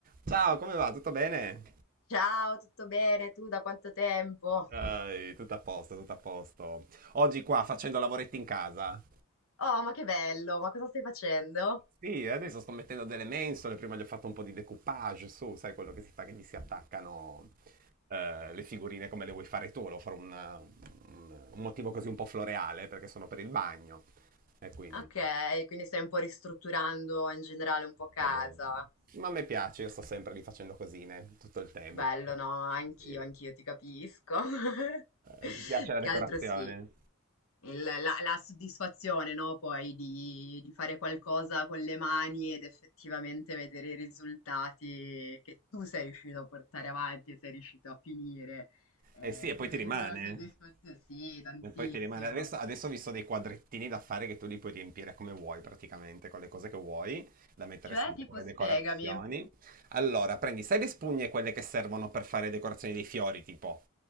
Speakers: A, on the right (about 40°); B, on the left (about 70°).
A: Ciao, come va? Tutto bene?
B: Ciao, tutto bene? Tu da quanto tempo?
A: Dai, tutto a posto, tutto a posto. Oggi qua facendo lavoretti in casa.
B: Oh, ma che bello, ma cosa stai facendo?
A: Sì, adesso sto mettendo delle mensole, prima gli ho fatto un po' di decoupage su, sai quello che si fa che gli si attaccano eh, le figurine come le vuoi fare tu, volevo fare un, un- un motivo così un po' floreale perché sono per il bagno e quindi...
B: Ok, quindi stai un po' ristrutturando in generale un po' casa.
A: Va bene. Ma a me piace, io sto sempre lì facendo cosine tutto il tempo.
B: Bello, no, anch'io,
A: E-
B: anch'io ti capisco. <laughs>
A: eh, Mi piace la
B: Che
A: decorazione.
B: altro sì, il- la, la soddisfazione, no, poi di, di fare qualcosa con le mani ed effettivamente vedere i risultati che tu sei riuscito a portare avanti e sei riuscito a finire. Eh,
A: Eh sì, e poi
B: credo
A: ti rimane.
B: che sia la soddisfazione, sì, tantissimo.
A: E poi ti rimane. Adesso, adesso ho visto dei quadrettini da fare che tu li puoi riempire come vuoi praticamente, con le cose che vuoi, da mettere
B: Cioè,
A: sempre
B: tipo,
A: come
B: spiegami.
A: decorazioni. Allora, prendi, sai le spugne quelle che servono per fare decorazioni dei fiori, tipo?